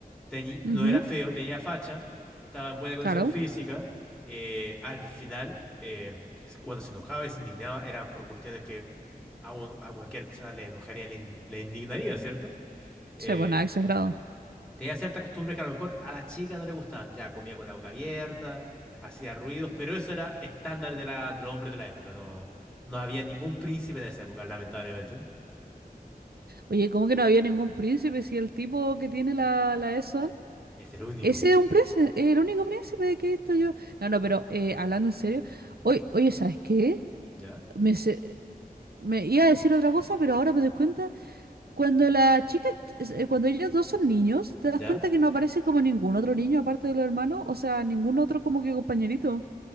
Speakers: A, in the centre; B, on the right.
A: teni- no
B: Ujú,
A: era feo, tenía facha, estaba en buena condición
B: Claro.
A: física. eh, al final, eh, cuando se enojaba y se indignaba, eran por cuestiones que a, un- a cualquier persona le enojaría, le, in- le indignaría, ¿cierto? Eh,
B: Sí, pues nada, exagerado.
A: tenía ciertas costumbres que a lo mejor a la chica no le gustaban. Ya comía con la boca abierta, hacía ruidos, pero eso era estándar de la, del hombre de la época. No, no había ningún príncipe en esa época, lamentablemente.
B: Oye, ¿cómo que no había ningún príncipe si el tipo que tiene la, la Eson?
A: Es el único.
B: Ese es un príncipe, el único príncipe que he visto yo. No, no, pero eh, hablando en serio,
A: Ujú.
B: oye, oye, ¿sabes qué?
A: ¿Ya?
B: Me, se- me iba a decir otra cosa, pero ahora me doy cuenta, cuando la chica, es- eh, cuando ellos dos son niños, te das
A: ¿Ya?
B: cuenta que no aparece como ningún otro niño aparte de los hermanos, o sea, ningún otro como que compañerito.